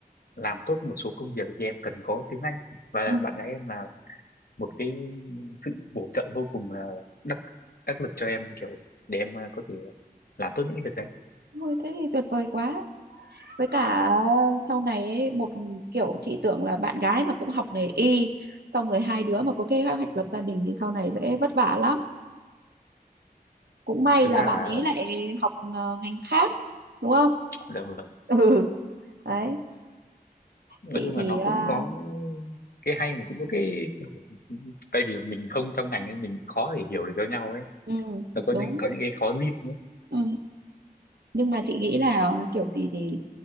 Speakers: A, on the left (about 70°); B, on the right (about 85°).
A: làm tốt một số công việc thì em cần có tiếng Anh và
B: ừ.
A: bạn gái em là một cái sự bổ trợ vô cùng là đắc đắc lực cho em kiểu để em ờ, có thể làm tốt những cái việc đấy
B: thôi thế thì tuyệt vời quá với cả ờ, sau này ấy, một kiểu chị tưởng là bạn gái mà cũng học nghề y xong rồi hai đứa mà có kế hoạch lập gia đình thì sau này sẽ vất vả lắm cũng may
A: thực
B: là
A: ra
B: bạn
A: là
B: ấy lại học ờ, ngành khác đúng không
A: dạ vâng
B: ừ đấy
A: nói
B: chị
A: chung
B: thì
A: là nó cũng
B: à,
A: có cái hay mà cũng có cái kiểu tại vì mình không trong ngành nên mình khó để hiểu được cho nhau ấy
B: ừ
A: nó có
B: đúng
A: những có những cái khó riêng
B: ừ. nhưng mà chị nghĩ là kiểu gì thì